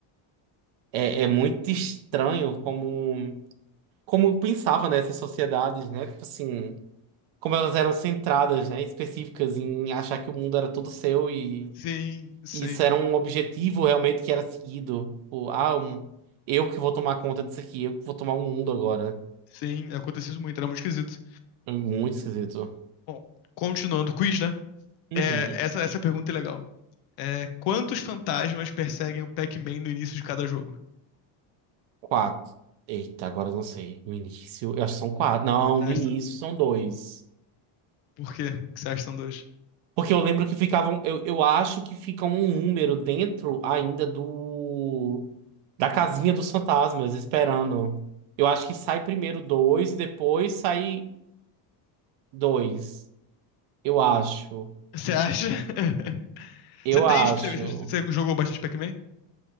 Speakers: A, on the right (about 65°); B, on the left (about 55°).
A: é, é muito estranho como, como pensava nessas sociedades, né? Tipo assim. como elas eram centradas, né, específicas em achar que o mundo era todo seu e
B: Sim, sim,
A: e isso era um objetivo realmente que era seguido. Tipo, ah, um- eu que vou tomar conta disso aqui, eu que vou tomar o mundo agora.
B: sim, aconteceu isso muito, era muito esquisito.
A: É Muito esquisito.
B: Bom, continuando o quiz, né?
A: Uhum.
B: É, essa, essa pergunta é legal. É, quantos fantasmas perseguem o Pac-Man no início de cada jogo?
A: Quatro. Eita, agora eu não sei. No início, eu acho que são quatro. Não,
B: Você
A: no
B: acha-
A: início são dois.
B: Por quê que você acha que são dois?
A: Porque eu lembro que ficavam, eu, eu acho que fica um número dentro ainda do da casinha dos fantasmas esperando. Eu acho que sai primeiro dois, depois sai dois. Eu acho.
B: Você acha? <laughs>
A: Eu
B: Você tem.
A: acho.
B: Você você jogou bastante Pac-Man?